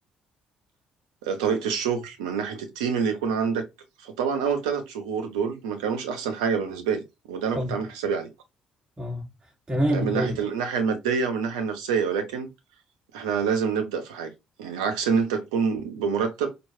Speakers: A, on the right; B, on the right.
A: طريقة الشغل من ناحية التيم اللي يكون عندك فطبعا أول ثلاث شهور دول ما كانوش أحسن حاجة بالنسبة لي وده أنا
B: اه
A: كنت عامل حسابي عليه
B: اه تمام
A: فاهم؟
B: طيب
A: من ناحية من الناحية المادية ومن الناحية النفسية ولكن إحنا لازم نبدأ في حاجة يعني عكس إن أنت تكون بمرتب